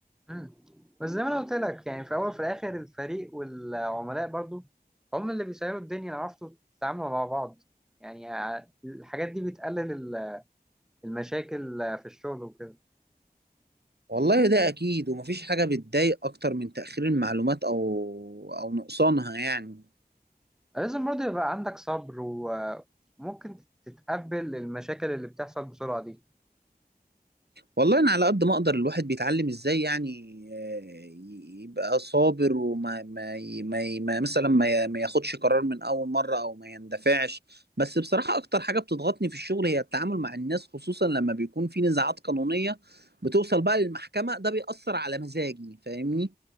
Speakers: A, in the centre; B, on the right.
A: امم بس زي ما انا قلت لك يعني في الاول وفي الاخر الفريق والعملاء برضو هم اللي بيسيروا الدنيا لو عرفتوا تتعاملوا مع بعض يعني ع- الحاجات دي بتقلل ال- المشاكل في الشغل وكده
B: والله ده أكيد ومفيش حاجة بتضايق أكتر من تأخير المعلومات أو أو نقصانها يعني
A: لازم برضو يبقى عندك صبر وممكن تتقبل المشاكل اللي بتحصل بسرعة دي
B: والله انا على قد ما اقدر الواحد بيتعلم ازاي يعني آه، يبقى صابر وما ما ي- ما ي- ما مثلا ما ي- ما ياخدش قرار من اول مره او ما يندفعش بس بصراحه اكتر حاجه بتضغطني في الشغل هي التعامل مع الناس خصوصا لما بيكون في نزاعات قانونيه بتوصل بقى للمحكمه ده بيأثر على مزاجي فاهمني